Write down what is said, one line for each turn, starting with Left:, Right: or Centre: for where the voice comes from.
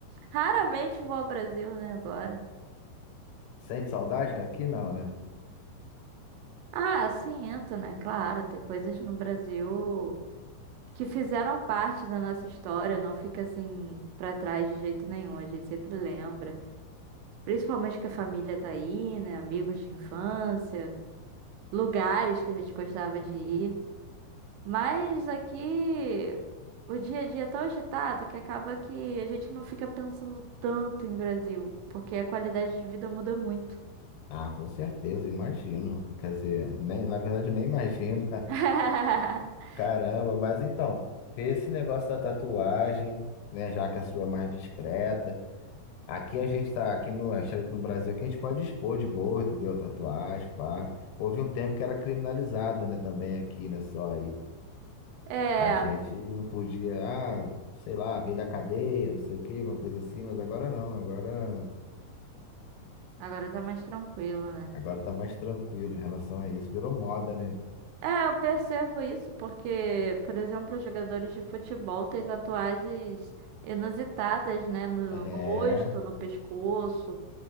Right: Raramente vou ao Brasil, né, agora.
Left: Sente saudade daqui? Não, né?
Right: Ah, sim, entro, né? Claro, tem coisas no Brasil que fizeram parte da nossa história, não fica assim pra trás de jeito nenhum, a gente sempre lembra. Principalmente que a família tá aí, né? Amigos de infância, lugares que a gente gostava de ir. Mas aqui o dia a dia é tão agitado que acaba que a gente não fica pensando tanto em Brasil, porque a qualidade de vida muda muito.
Left: Ah, com certeza, imagino. Quer dizer, nem, na verdade, nem imagino. <laughs>
Right: <laughs>
Left: Caramba, mas então, vê esse negócio da tatuagem, né? Já que a sua é mais discreta. Aqui a gente tá, aqui no, a gente tá no Brasil, aqui a gente pode expor de boa, entendeu? Tatuagem, pá. Houve um tempo que era criminalizada, né? Também aqui, né? Só aí.
Right: É,
Left: A gente não podia, ah, sei lá, veio da cadeia, não sei o quê, alguma coisa assim, mas agora não, agora,
Right: agora tá mais tranquilo, né?
Left: agora tá mais tranquilo em relação a isso. Virou moda, né?
Right: É, eu percebo isso porque, por exemplo, os jogadores de futebol têm tatuagens inusitadas, né? No
Left: É,
Right: rosto, no pescoço.